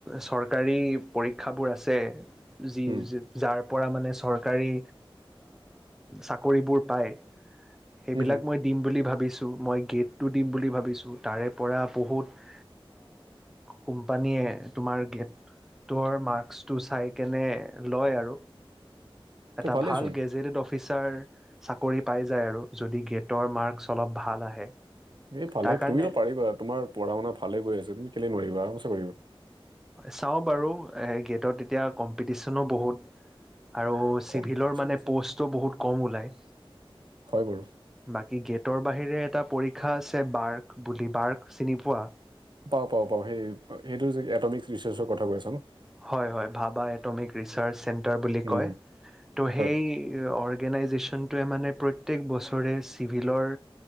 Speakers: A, in the centre; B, on the right.
A: চৰকাৰী পৰীক্ষাবোৰ আছে যি
B: উম
A: যাৰ পৰা মানে চৰকাৰী চাকৰিবোৰ পায় সেইবিলাক
B: হম হম
A: মই দিম বুলি ভাবিছোঁ মই গেটটো দিম বুলি ভাবিছোঁ তাৰে পৰা বহুত কোম্পানীয়ে তোমাৰ গেট তৰ মাক্সটো চাই কেনে লয় আৰু এটা
B: ত ভালেই
A: ভাল
B: চোন
A: গেজেটেড অফিচাৰ চাকৰি পাই যায় আৰু। যদি গেটৰ মাৰ্কছ অলপ ভাল আহে।
B: এই ভালে
A: তাৰ কাৰণে
B: তুমিতো পাৰিবা তোমাৰ পঢ়া শুনা ভালে গৈ আছ তুমি কেলে নোৱাৰিবা আৰাম ছে পাৰিবা
A: চাওঁ বাৰু গেটত এতিয়া কম্পিটিচনো বহুত আৰু
B: কম্পিটিচন
A: চিভিলৰ মানে
B: আছে
A: পোষ্টও কম ওলাই
B: হয় বাৰু
A: বাকী গেটৰ বাহিৰে এটা পৰীক্ষা আছে বাৰ্ক বুলি বাৰ্ক চিনি পোৱা
B: পা পা পাও সেই সেইটো যে এটমিক্ ৰিচাৰ্চৰ কথা কৈ আছা ন
A: হয় হয় ভাবা এটমিক ৰিচাৰ্চ চেণ্টাৰ বুলি
B: উম
A: কয়
B: হুম,
A: যদিও ত সেই
B: হয়
A: অৰ্গনাইগেচন নটোৱে মানে প্ৰত্যেক বছৰে চিভিলৰ